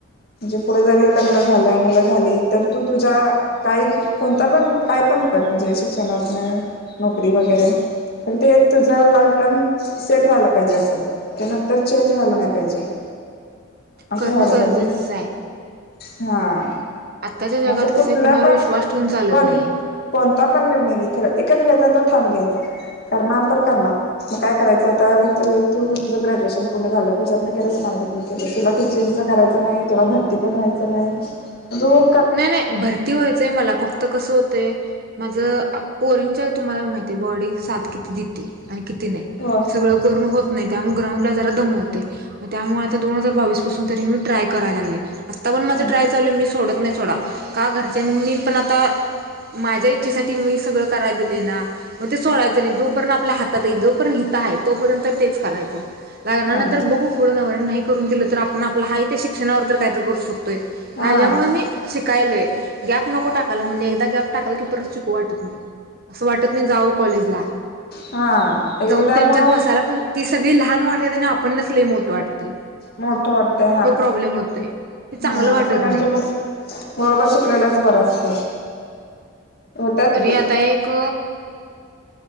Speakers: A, on the left (about 45°); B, on the right (about 45°).
A: म्हे पुढे जरी झालं मु झाली तर तू तुझ्या काही कोणता पण काय पण कर, म्हणजे शिक्षणातन नोकरी वगैरे कारण तेेत तुझ्या लाईफला सेट व्हायला पाहिजे असं, त्या नंतर चेंज व्हाला नाही पाहिजे. असं
B: करणं
A: व्हायला
B: गरजेचंच
A: पाहिजे ना
B: आहे.
A: हा
B: आत्ताच्या जगात
A: असं
B: कसं
A: कुठलं
B: आहे कुणावर
A: पण
B: विश्वास ठेवून चालत
A: कोण
B: नाहीये.
A: कोणता पण निर्णय घ खर एकच घ्यायचा नंतर ठाम घ्यायचा करणार तर करणार. मग काय करायचं आता अर तू तुझं ग्रॅज्युएशन पूर्ण झालं कशातन केलं स्मारक त्याला तुला टीचिंगचं करायचं नाही, तुला भरती पण व्हायचं नाही, तो
B: नाही, नाही भरती व्हायचंय मला फक्त कसं होतंय. माझं पोरीनच्या तुम्हाला माहिती आहे बॉडी सात किती देते आणि किती नाही
A: हो
B: सगळं होत नाही त्यामुळे ग्राला जरा दमवते त्यामुळे दोन हजार बावीस पाूनी ट्राय करायला लागले. आता पण माझा
A: ह
B: ट्रायल चालू मी सोडत नाही सोडा का घरच्यांनी पण आता माझ्या इच्छेसाठी मी सगळं करा दिले ना! मग ते सोडायचं नाही, जोपर्य आपल्या हातात जोपर्य हित आहे तोपर्यंत तेच कायचं. लाग
A: हा
B: नंतर बघू पुर्ण नाही करून दिलं तर आपण आपला हा त्या शिक्षणावर काय तर करू शकतोय.
A: हा
B: ह्यामुळे मी शिकायलय गॅप नको टाकायला म्हणजे एकदा गॅप टाकाला की परत शिकू वाटत. असं वाटत नाही जाऊ कॉलेजला
A: हा एकदा
B: जाऊन
A: त्यामुळं
B: त्यांच्यात बसायला प ती सगळी लहान वाटत आणि आपणच लई मोठ वाटते.
A: मोठ वाटते
B: ह्यो
A: हाच
B: प्रॉब्लेम होतोय ते चांगलं
A: हा
B: वाटत
A: सगळ्यांच्या.
B: नाही
A: बरोबर, शिकलेलाच बर असत त्यात
B: तरी आता एक